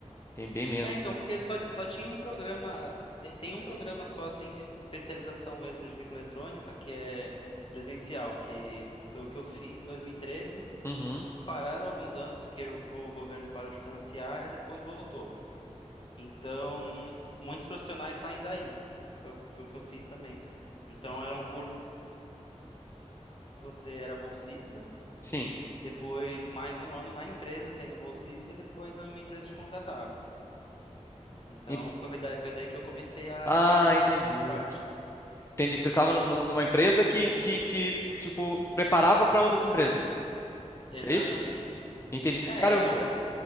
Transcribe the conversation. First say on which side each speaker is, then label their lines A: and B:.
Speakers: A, on the left; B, on the left.
A: Tem bem menos.
B: É, então, porque só, só tinha um programa, tem, tem um programa só assim de especialização mesmo de microeletrônica, que é presencial, que foi o que eu fiz em 2013.
A: Uhum,
B: Pararam alguns anos porque o, o governo parou de financiar e depois voltou. Então, muitos profissionais saem daí. Foi, foi o que eu fiz também. Então, era um curso que você era bolsista,
A: sim.
B: depois mais um ano na empresa sendo bolsista, e depois uma empresa te contratava. Então,
A: Ent-
B: foi daí, foi daí que eu comecei a
A: Ah,
B: entrar nessa
A: entendi.
B: parte
A: Entendi, você estava numa empresa que, que, que tipo, preparava para outras empresas.
B: Exatamente.
A: Isso É isso? Entendi.
B: É,
A: Cara, eu,
B: é
A: vi-
B: um,
A: é,